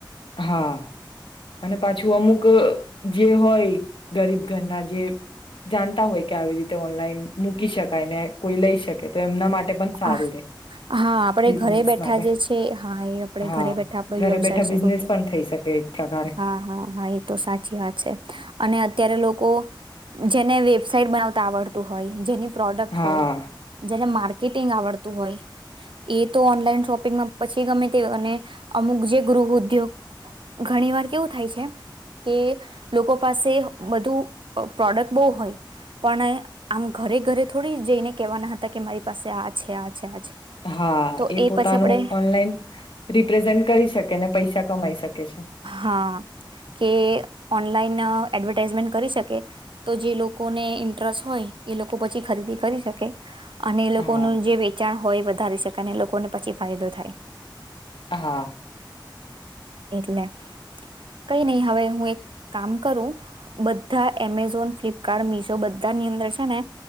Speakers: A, on the left; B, on the right.
A: હા અને પાછું અમુક જે હોય ગરીબ ઘરના જે જાણતા હોય કે આવી રીતે ઓનલાઈન મૂકી શકાય ને કોઈ લઈ શકે તો એમના માટે. પણ સારું
B: હા
A: રે
B: આપડે
A: બિઝનેસ
B: ઘરે બેઠા
A: માટે
B: જે છે હા એ આપે
A: હા
B: ઘરે બેઠા આપડો
A: ઘરે
B: વ્યવસાય
A: બેઠા
B: શરૂ
A: બિઝનેસ
B: કર.
A: પણ થઈ શકે એક પ્રકારે
B: હા હા હા એ તો સાચી વાત છે અને. અત્યારે લોકો જેને વેબસાાઈટ બનાવતા આવડતું હોય જેની. પ્રોડક્ટ
A: હા
B: હોય જેને માર્. માર્કેટિંગ આવડતું હોય એ તો ઓનલાઈન શોપિંગમાં પછી ગમે તે અને અમુક જે ગૃહ ઉદ્યોગ ઘણી વાર કેવું થાય છે કે લોકો પાસે બધું પ્રોડક્ટ બહુ હોય પણ આમ ઘરે ઘરે થોડી જઈને કહેવાના હતા કે મારી. પાસે આ છે આ. છે આ છે
A: હા
B: તો
A: એ પોતાનું
B: પછી આપણે
A: ઓનલાઈન રિપ્રેઝન્ટ કરી શકે ને પૈસા કમાઈ શકે. છે.
B: હા કે. ઓનલાઈન એડવર્ટાઈઝમેન્ટ કરી શકે તો જે લોકોને ઇન્ટરેસ્ટ હોય એ લોકો પછી ખરીદી કરી શકે. અને એ
A: હા
B: લોકોનું જે વેચાણ. હોય વધારી શકે અને લોકોને પછી ફાયદો થાય
A: હા.
B: એટલે કઈ નહી હવે હું એક. કામ કરું બધા એમેઝોન ફ્લિપકાર્ટ મિશો બધાની અંદર છે ને